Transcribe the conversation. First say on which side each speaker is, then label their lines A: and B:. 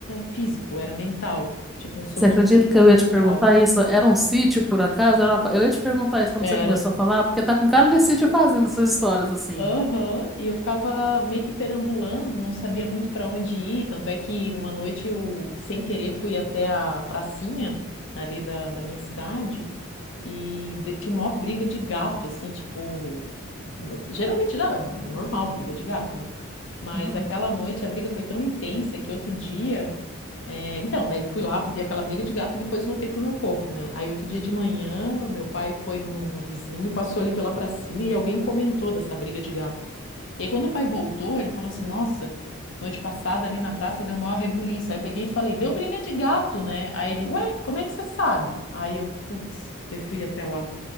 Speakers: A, on the left (about 65°); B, in the centre.
A: físico, era mental, tipo um sonambulismo
B: Você acredita que eu ia
A: mental.
B: te perguntar isso? Era um sítio, por acaso? Era uma fa- Eu ia te perguntar isso quando
A: Era.
B: você começou a falar, porque tá com cara de sítio fazendo essas histórias assim.
A: Aham, E eu ficava meio que perambulando, não sabia muito para onde ir. Tanto é que uma noite eu, sem querer, fui até a pracinha ali da, da minha cidade e de- tinha uma briga de gato, assim, tipo. mas- Geralmente dá, é normal briga de gato, né? Mas
B: Uhum.
A: aquela noite a briga foi tão intensa que outro dia. É, então, daí fui lá, vi aquela briga de gato e depois voltei pro meu corpo, né? Aí outro dia de manhã, o meu pai foi num- no, vizinho e passou ali pela pracinha e alguém comentou dessa briga de gato. E aí quando o pai voltou, ele falou assim, nossa, noite passada ali na praça deu maior rebuliço. Aí eu peguei e falei, deu briga de gato, né? Aí ele, ué, como é que você sabe? Aí eu, putz, eu fui até lá